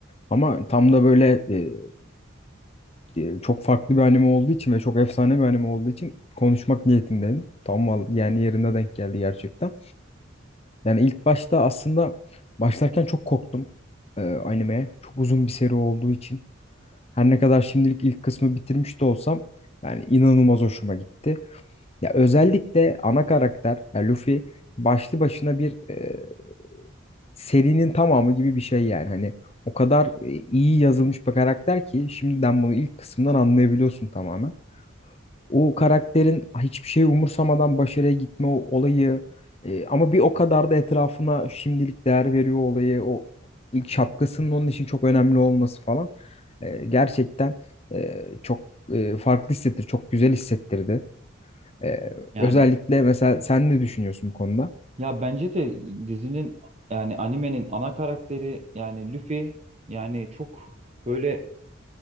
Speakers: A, on the left; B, on the right.
A: Ama tam da böyle e, e, çok farklı bir anime olduğu için ve çok efsane bir anime olduğu için konuşmak niyetindeydim. Tam val- yani yerine denk geldi gerçekten. Yani ilk başta aslında başlarken çok korktum e, animeye. Çok uzun bir seri olduğu için. Her ne kadar şimdilik ilk kısmı bitirmiş de olsam yani inanılmaz hoşuma gitti. Ya özellikle ana karakter yani Luffy başlı başına bir e, serinin tamamı gibi bir şey yani. Hani o kadar e, iyi yazılmış bir karakter ki şimdiden bunu ilk kısımdan anlayabiliyorsun tamamen. O karakterin hiçbir şey umursamadan başarıya gitme o olayı e, ama bir o kadar da etrafına şimdilik değer veriyor olayı. O ilk şapkasının onun için çok önemli olması falan. E, gerçekten e, çok e, farklı hissettir, çok güzel hissettirdi. Ee,
B: Yani
A: özellikle mesela sen ne düşünüyorsun bu konuda?
B: Ya bence de dizinin yani animenin ana karakteri yani Luffy yani çok böyle